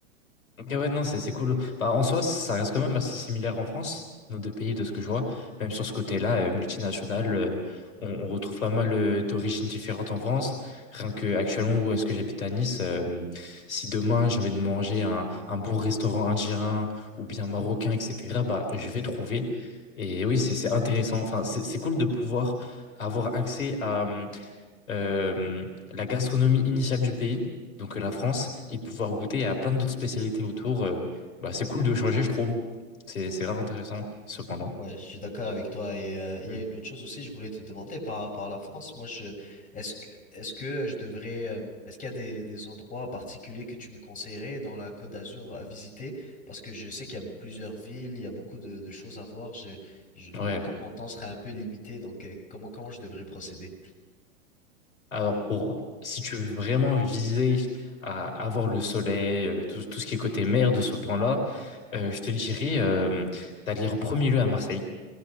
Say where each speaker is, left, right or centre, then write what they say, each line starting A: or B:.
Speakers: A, on the left; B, on the left.
A: Ok, ouais, non, c'est c'est cool. Bah, en soi, ça reste quand même assez similaire en France, nos deux pays, de ce que je vois. Même sur ce côté-là, euh, multinational, euh, on, on retrouve pas mal euh, d'origines différentes en France. Rien que actuellement, où est-ce que j'habite à Nice, euh, si demain j'ai envie de manger un, un bon restaurant indien ou bien marocain, etc., bah, je vais trouver. Et oui, c'est c'est intéressant. Enfin, c'est c'est cool de pouvoir avoir accès à. hum, euh, la gastronomie initiale du pays, donc euh, la France, et pouvoir goûter à plein d'autres spécialités autour. euh, bah, c'est cool de changer, je trouve. C'est c'est grave intéressant, ce point-là.
B: Ouais, je suis d'accord avec toi. Et euh, il y
A: Mm.
B: a une autre chose aussi, je voulais te demander par rapport à la France. Moi, je est-ce que est-ce que je devrais euh, est-ce qu'il y a des, des endroits particuliers que tu me conseillerais dans la Côte d'Azur à visiter? Parce que je sais qu'il y a plusieurs villes, il y a beaucoup de, de choses à voir. Je, je, mon
A: Ouais.
B: temps, mon temps serait un peu limité, donc euh, comment comment je devrais procéder?
A: Alors, pour, si tu veux vraiment viser à avoir le soleil, euh, tout, tout ce qui est côté mer de ce point-là, euh, je te dirais euh, d'aller en premier lieu à Marseille.